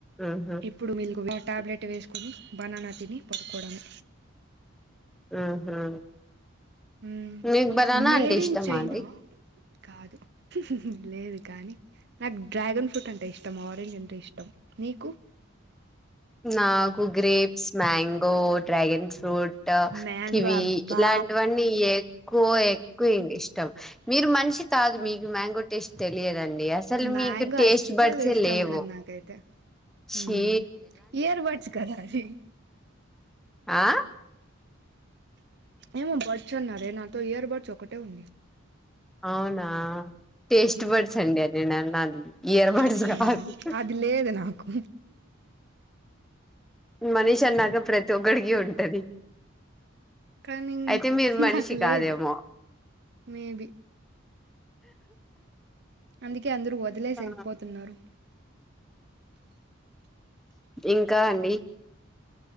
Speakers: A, in the centre; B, on the right.
A: ఉహు
B: ఇప్పుడు మీల్కు వ టాబ్లెట్ వేసుకొని బనానా తిని పడుకోడమే
A: ఆహా
B: హ్మ్
A: మీకు బనానా
B: మేడ్
A: అంటే ఇష్టమా
B: ఇన్ చైనా
A: అండి
B: కాదు లేదు కానీ నాకు డ్రాగన్ ఫ్రూట్ అంటే ఇష్టం ఆరెంజ్ అంటే ఇష్టం నీకు
A: నాకు grapes mango dragon fruit
B: mango
A: kiwi
B: అబ్బా
A: ఇలాంటివన్నీ ఎక్కువ ఎక్కువంది ఇష్ మీరు మనిషి కాదు
B: మ్మ్.
A: మీకు మ్యాంగో టేస్ట్ తెలియదండి అసలు
B: మ్యాంగో
A: మీకు టేస్ట్
B: అస్సలు
A: బర్డ్స్
B: ఇష్టం
A: లేవు
B: ఉండదు నాకైతే
A: చీ
B: హ్మ్ ఇయర్ బర్డ్స్ కదా అవి
A: ఆ
B: ఏమో బడ్స్ అన్నారే నాతో ఇయర్ బడ్స్ ఒకటే ఉంది.
A: అవునా టేస్ట్
B: హ్మ్
A: బడ్స్ అండి అది నా నాది ఇయర్బడ్స్
B: అవునవును
A: కాదు
B: అది లేదు నాకు
A: మనిషి అన్నాక ప్రతి ఒక్కడికి ఉంటది.
B: కానీ
A: అయితే మీరు మనిషి
B: నాకు
A: కాదేమో
B: లేదు మేబి అందుకే అందరూ వదిలేసి
A: ఆ
B: వెళ్పోతున్నారు.
A: ఇంకా అండి